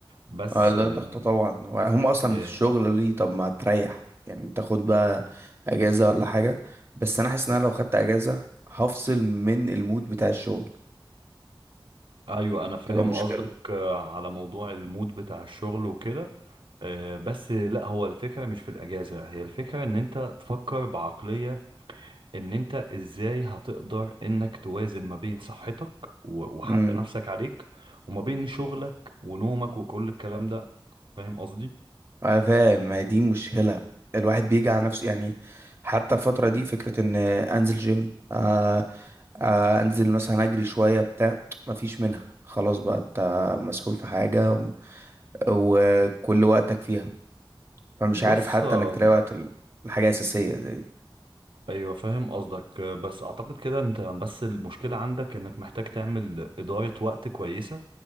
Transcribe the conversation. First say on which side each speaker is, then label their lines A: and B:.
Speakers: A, on the right; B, on the right.
A: بس
B: آه، ده
A: آه،
B: ضغط طبعا هم اصلا
A: آه،
B: في الشغل ليه طب ما تريح يعني تاخد بقى اجازه ولا حاجه بس انا حاسس ان انا لو خدت اجازه هفصل من المود بتاع الشغل
A: ايوه انا
B: دي
A: فاهم
B: تبقى مشكله
A: قصدك آه، على موضوع المود بتاع الشغل وكده آه، بس لا هو الفكرة مش في الأجازة هي الفكرة إن أنت تفكر بعقلية إن أنت إزاي هتقدر إنك توازن ما بين صحتك و- وحق
B: امم
A: نفسك عليك وما بين شغلك ونومك وكل الكلام ده فاهم قصدي؟
B: انا فاهم ما هي دي مشكله الواحد بيجي على نفسه يعني حتى الفتره دي فكره ان انزل جيم آه آه انزل مثلا اجري شويه بتاع ما فيش منها خلاص بقى انت مسحول في حاجه وكل وقتك فيها فمش عارف
A: بص
B: حتى
A: آه،
B: انك تلاقي وقت ال- الحاجه اساسيه زي دي
A: أيوة فاهم قصدك آه، بس أعتقد كده أنت بس المشكلة عندك إنك محتاج تعمل إدارة وقت كويسة